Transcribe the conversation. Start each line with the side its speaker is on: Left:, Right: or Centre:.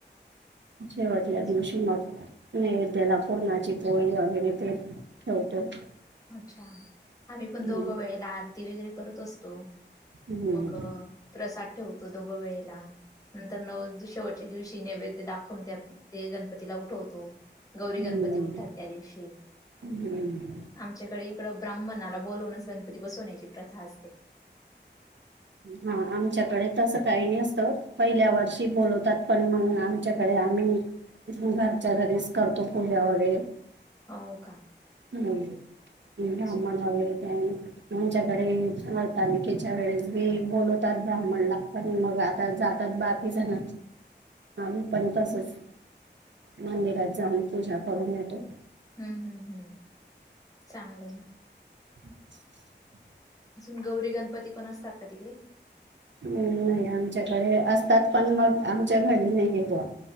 Right: शेवटल्या
Left: अजून-
Right: दिवशी मग नैवेद्याला पुरणाची पोळी वगैरे ते ठेवतो.
Left: अच्छा, आम्ही पण
Right: हम्म
Left: दोघं वेळेला आरती वगैरे करत असतो.
Right: हम्म
Left: मग प्रसाद ठेवतो दोघ वेळेला. नंतर नव द शेवटच्या दिवशी नैवेद्य दाखवून त्या ते गणपतीला उठवतो. गौरी
Right: हम्म
Left: गणपती उठतात त्या दिवशी
Right: हम्म
Left: आमच्याकडे इकडं ब्राह्मणाला बोलूनच गणपती बसवण्याची प्रथा असते.
Right: हा आमच्याकडे तसं काही नाही असतं. पहिल्या वर्षी बोलवतात, पण मग आमच्याकडे आम्ही नी घरच्या घरीच करतो पूजा वगैरे
Left: हो का
Right: हम्म
Left: अच्छा
Right: ब्राह्मण वगैरे काही नाही. आच्याकडे हरतालिकेच्या वेळेस बी बोलवतात ब्राह्मणला, पण मग आ ता जातात बाकी जण आम्ही पण तसच. मंदिरात जाऊन पूजा करून येतो.
Left: हम्म हम्म हम्म चांगलं आहे ना.
Right: <inaudible>
Left: अजून गौरी गणपती पण असतात का तिकडे?
Right: हम्म नाही आमच्याकडे असतात पण मग आमच्या घरी नाही आहे बॉ.